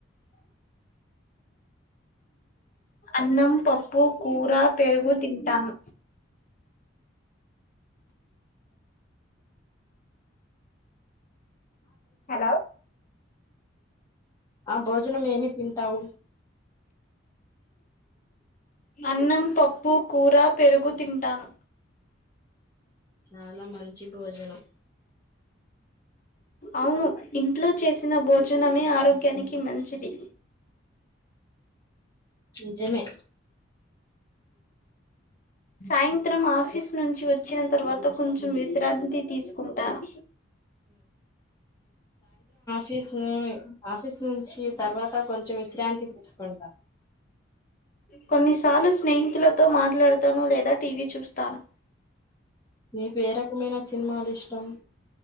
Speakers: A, on the left; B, on the left.
A: అన్నం, పప్పు, కూర, పెరుగు తింటాను. హలో
B: అ భోజనం ఏమి తింటావు
A: అన్నం, పప్పు, కూర, పెరుగు తింటాను.
B: చాలా మంచి భోజనం
A: అవును ఇంట్లో చేసిన భోజనమే ఆరోగ్యానికి మంచిది.
B: నిజమే
A: సాయంత్రం ఆఫీస్ నుంచి వచ్చిన తర్వత కొంచెం విశ్రాంతి తీసుకుంటాను.
B: చెసినె ఆఫీస్ నుంచి తర్వాత కొంచెం విశ్రాంతి తీసుకుంటా.
A: కొన్నిసార్లు స్నేహితులతో మాట్లాడతాను లేదా టీవీ చూస్తాను.
B: నీకు ఏ రకమైన సినిమాలు ఇష్టం.